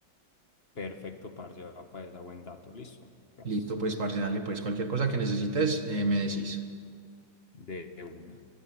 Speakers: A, on the left; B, on the right.
A: Perfecto, parce, va para esa buen dato. Listo. Gracias.
B: Listo, pues parce, dale, pues cualquier cosa que necesites, eh, me decís.
A: De una.